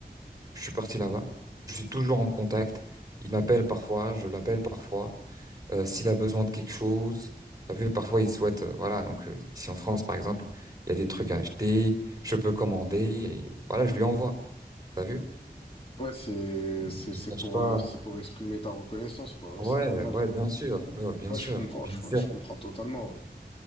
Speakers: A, on the right; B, on the left.
A: Je suis parti là-bas. Je suis toujours en contact. Il m'appelle parfois, je l'appelle parfois. Euh, s'il a besoin de quelque chose, t'as vu, parfois il souhaite, euh, voilà. Donc euh, ici en France, par exemple, il y a des trucs à acheter, je peux commander et voilà, je lui envoie. T'as vu?
B: Ouais, c'est,
A: Je
B: c'est,
A: te
B: c'est
A: cache
B: pour,
A: pas.
B: euh, c'est pour exprimer ta reconnaissance, quoi.
A: Ouais,
B: Ouais, c'est normal.
A: ouais, bien sûr, Mais ouais, bien
B: Ouais,
A: sûr,
B: je comprends,
A: bien
B: je,
A: sûr.
B: je comprends totalement.